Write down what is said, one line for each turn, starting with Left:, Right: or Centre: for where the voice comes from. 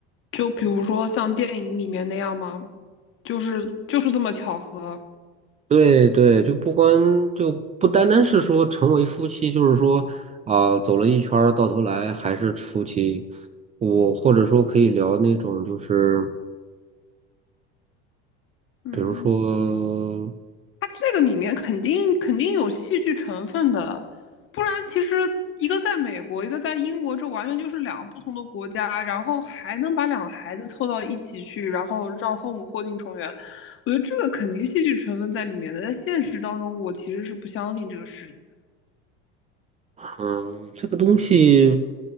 Left: 就比如说像电影里面那样吗？就是就是这么巧合。
Right: 对对，就不光就不单单是说成为夫妻，就是说啊、走了一圈儿，到头来还是夫妻。我或者说可以聊那种，就是
Left: 嗯，
Right: 比如说
Left: 它这个里面肯定肯定有戏剧成分的，不然其实一个在美国，一个在英国，这完全就是两个不同的国家，然后还能把两个孩子凑到一起去，然后让父母破镜重圆，我觉得这个肯定戏剧成分在里面的。在现实当中，我其实是不相信这个事情的。
Right: 嗯，这个东西，嗯